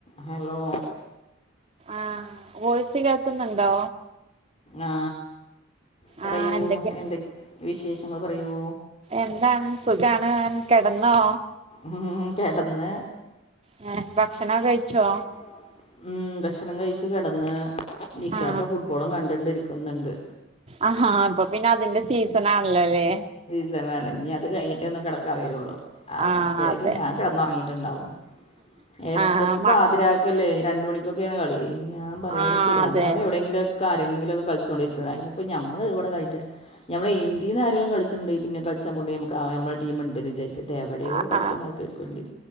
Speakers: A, on the left (about 30°); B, on the right (about 30°).
A: ഹലോ
B: ആ വോയിസ് കേൾക്കുന്നുണ്ടോ
A: ആ പറയൂ
B: ആ എന്തൊക്കെ
A: എന്തൊ വിശേഷങ്ങൾ പറയൂ
B: എന്താണ് സുഖാണ് കെടന്നോ?
A: മ് കെടന്ന്
B: ഹേ ഭക്ഷണോ കഴിച്ചോ?
A: ച്ചോ? ഉം ഭക്ഷണം കഴിച്ചു കിടന്ന് ഇിക്കക്കെ
B: ആ
A: ഫുട്ബോളും കണ്ടണ്ടിരിക്കുന്നുണ്ട്.
B: ആഹാ അപ്പൊ പിന്നെ അതിന്റെ സീസൺാണല്ലോല്ലേ?
A: സീസൺ ആണ് ഇനി അത് കഴിഞ്ഞിട്ടേ ഒന്ന് കിടക്കാൻ വരുള്ളൂ അത്പ്പോഴേക്കും
B: ആ അതെ
A: ഞാൻ കിടന്നറങ്ങിട്ടുണ്ടാവും എപ്പപ്പോ
B: ആ മ
A: പാതിരാ ഒക്കല്ലേ രണ്ട് മണിക്കൊക്കെയാണ് കളിയേ ഞാൻ പറയാം
B: ആ
A: ഒരോ
B: അതെ
A: എന്തെങ്കിലുംക്ക ആരെങ്കിലൊക്കെ കളിച്ചുകോണ്ടിരിക്കുന്നത് അ ഇനിപ്പപ്പോ നമ്മള് ഇവിടെ കയി മ്മളെന്ത്യന്ന് ആരെ കളിച്ണ്ട് പിന്നെ കളിച്ചാ പോ നമക്ക്മ്മ ടീമുണ്ട്െന്ന് വിചാരിക്ക ത് എവടെയോ
B: ആ
A: കളുന്ന ആൾ കർ കുവേണ്ടി